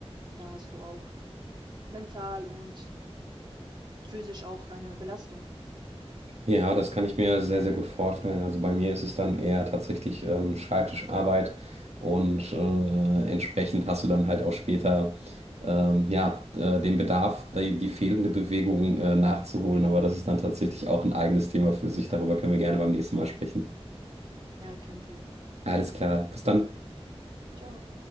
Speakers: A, on the right; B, on the right.
A: Und da hast du auch mental und physisch auch eine Belastung.
B: Ja, das kann ich mir sehr, sehr gut vorstellen. Also bei mir ist es dann eher tatsächlich ähm, Schreibtischarbeit und äh, entsprechend hast du dann halt auch später ähm, ja, äh, den Bedarf, die, die fehlende Bewegung äh, nachzuholen. Aber das ist dann tatsächlich auch ein eigenes Thema für sich. Darüber können wir gerne beim nächsten Mal sprechen.
A: Ja, kennen wir.
B: Alles klar, bis dann.
A: Ciao.